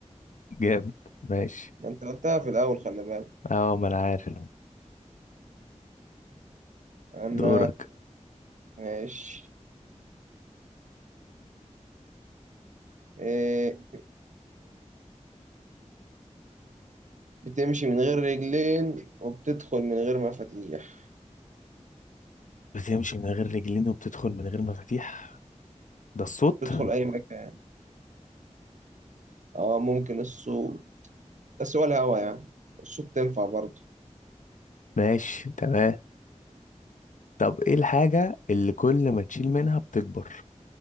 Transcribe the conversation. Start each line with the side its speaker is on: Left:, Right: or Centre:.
Left: جامد ماشي
Right: ما انت قلتها في الاول خلي بالك
Left: اه ما انا عارف
Right: انا
Left: دورك
Right: ماشي إيه. بتمشي من غير رجلين وبتدخل من غير مفاتيح
Left: بتمشي من غير رجلين وبتدخل من غير مفاتيح ده الصوت
Right: بتدخل أي مكان اه ممكن السوق بس هو الهوا يعني الصوت تنفع برضه
Left: ماشي تمام طب ايه الحاجة اللي كل ما تشيل منها بتكبر